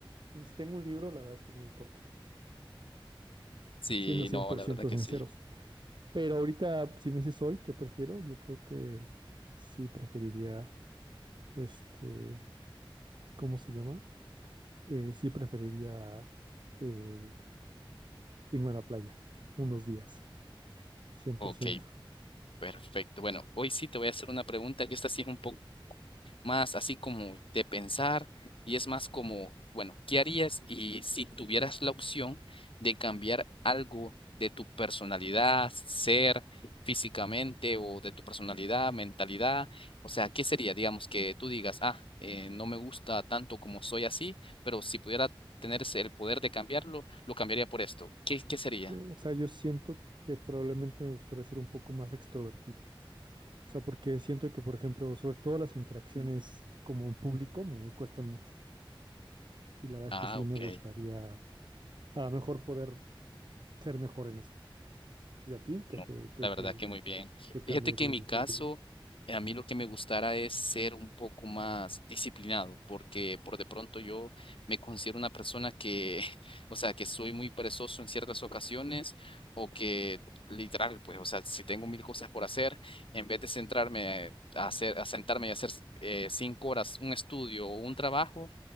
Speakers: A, on the right (about 55°); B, on the left (about 75°).
A: y si tengo un libro, la verdad es que no me importa,
B: Sí,
A: siendo cien
B: no,
A: por
B: la
A: ciento
B: verdad que
A: sinceros.
B: sí.
A: Pero ahorita, si me dices hoy qué prefiero, yo creo que sí preferiría, este, ¿cómo se llama? Eh, sí preferiría eh, irme a la playa unos días, cien por
B: Ok,
A: ciento.
B: perfecto. Bueno, hoy sí te voy a hacer una pregunta que esta sí es un poco más así como de pensar y es más como, bueno, ¿qué harías y si tuvieras la opción de cambiar algo de tu personalidad, ser físicamente o de tu personalidad, mentalidad? O sea, ¿qué sería? Digamos que tú digas, ah, eh, no me gusta tanto como soy así, pero si pudiera tener ese- el poder de cambiarlo, lo cambiaría por esto. ¿Qué, qué sería?
A: O sea, yo siento que probablemente me gustaría ser un poco más extrovertido. O sea, porque siento que, por ejemplo, sobre todo las interacciones como en público me cuestan mucho. Y la verdad es
B: Ah,
A: que sí
B: ok.
A: me gustaría a lo mejor poder ser mejor en eso. ¿Y a ti? ¿Qué
B: No,
A: te, qué,
B: la verdad
A: qué,
B: que muy bien.
A: qué cambiarías
B: Fíjate que en mi
A: de
B: caso,
A: ti?
B: eh, a mí lo que me gustara es ser un poco más disciplinado, porque por de pronto yo me considero una persona que, <laughs> o sea, que soy muy perezoso en ciertas ocasiones o que literal, pues, o sea, si tengo mil cosas por hacer, en vez de centrarme a hacer, a sentarme y hacer eh, cinco horas un estudio o un trabajo,